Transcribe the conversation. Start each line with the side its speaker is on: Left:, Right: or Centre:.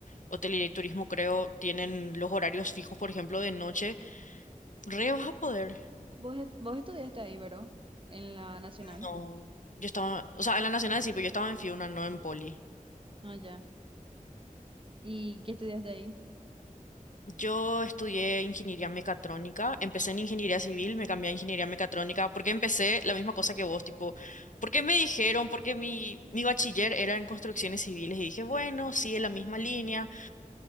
Left: hotelería y turismo, creo, tienen los horarios fijos, por ejemplo, de noche. Re vas a poder.
Right: vos, est- vos estudiaste ahí, ¿verdad? En la Nacional.
Left: No, yo estaba, o sea, en la Nacional sí, pero yo estaba en Fiuna, no en Poli.
Right: Ah, ya. ¿Y qué estudiaste ahí?
Left: Yo estudié ingeniería mecatrónica, empecé en ingeniería civil, me cambié a ingeniería mecatrónica, porque empecé la misma cosa que vos, tipo, porque me dijeron, porque mi, mi bachiller era en construcciones civiles y dije, bueno, sí, es la misma línea.